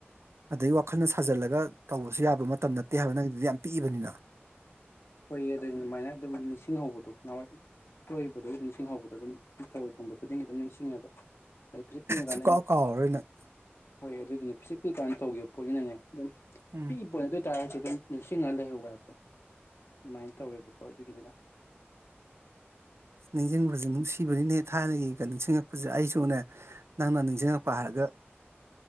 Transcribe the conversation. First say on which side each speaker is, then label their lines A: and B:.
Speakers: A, on the right (about 75°); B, on the left (about 65°).
A: ꯑꯗꯩ ꯋꯥꯈꯜꯅ ꯁꯥꯖꯤꯜꯂꯒ ꯇꯧꯕꯁꯨ ꯌꯥꯕ ꯃꯇꯝ ꯅꯠꯇꯦ ꯍꯥꯏꯕ ꯅꯪꯗꯨꯗꯤ ꯌꯥꯝ ꯄꯤꯛꯏꯕꯅꯤꯅ
B: ꯍꯣꯏꯌꯦ ꯑꯗꯨ ꯑꯗꯨꯃꯥꯏꯅ ꯑꯗꯨꯝ ꯅꯤꯡꯁꯤꯡꯍꯧꯕꯗꯣ ꯅꯍꯥꯟꯋꯥꯏ ꯁꯣꯏꯕꯗꯣ ꯑꯗꯨ ꯅꯤꯡꯁꯤꯡꯍꯧꯕꯗꯣ ꯑꯗꯨꯝ ꯊꯥꯔꯣꯢ ꯊꯣꯡꯕ ꯈꯨꯗꯤꯡꯒꯤ ꯑꯗꯨꯝ ꯅꯤꯡꯁꯤꯡꯉꯦꯕ ꯑꯗꯨ ꯄꯤꯁꯤꯛ ꯄꯤꯛꯋꯤ ꯀꯥꯟꯗ
A: ꯁꯨꯡꯀꯥꯎ
B: ꯑꯩꯅ
A: ꯀꯥꯎꯔꯔꯣꯏ ꯅꯪ
B: ꯍꯣꯏ ꯑꯗꯨꯗꯨꯅꯦ ꯄꯤꯁꯤꯛ ꯄꯤꯛ ꯀꯥꯟꯗ ꯇꯧꯈꯤꯕ ꯄꯣꯠꯅꯤꯅꯅꯦ ꯑꯗꯨꯝ
A: ꯎꯝ
B: ꯄꯤꯛꯏꯕ ꯄꯣꯠꯅꯤ ꯑꯗꯨ ꯇꯥꯏꯔꯁꯨ ꯑꯗꯨꯝ ꯅꯤꯡꯁꯤꯡꯉꯒ ꯂꯩꯍꯧꯕ ꯍꯥꯏꯕꯗꯣ ꯑꯗꯨꯃꯥꯏꯅ ꯇꯧꯋꯦꯕꯀꯣ ꯑꯗꯨꯒꯤꯅꯤꯗ
A: ꯅꯤꯡꯁꯤꯡꯕꯁꯦ ꯅꯨꯡꯁꯤꯕꯅꯤꯅꯦ ꯊꯥꯢꯅꯒꯤꯒ ꯅꯤꯡꯁꯤꯡꯉꯛꯄꯁꯦ ꯑꯩꯁꯨꯅꯦ ꯅꯪꯅ ꯅꯤꯡꯁꯤꯡꯉꯥꯛꯄ ꯍꯥꯢꯔꯒ